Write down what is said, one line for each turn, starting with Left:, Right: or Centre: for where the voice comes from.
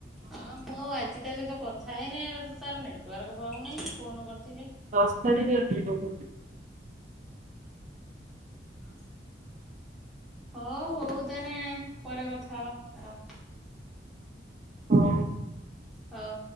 Centre: ହଁ ମୁଁ ଆଉ ଆଜି ତା ସହିତ କଥା ହେଇନି, ଏକରେ ତ ତାର ନେଟୱାର୍କ ପାଉନାହିଁ, ଫୋନ୍ କରିଥିଲେ।
Right: ଦଶ ତାରିଖରେ ଯିଵ ବୋ
Centre: ହଁ। ହୋ ହଉ ତାନେ ପରେ କଥା ହବା ରଅ।
Right: ହଉ।
Centre: ହଉ।